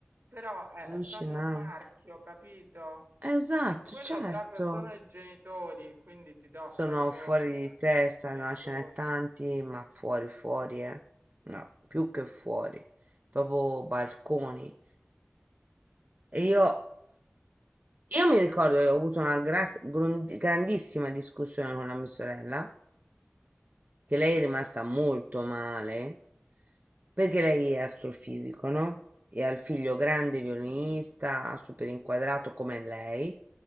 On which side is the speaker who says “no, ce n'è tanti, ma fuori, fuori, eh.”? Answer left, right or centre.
Right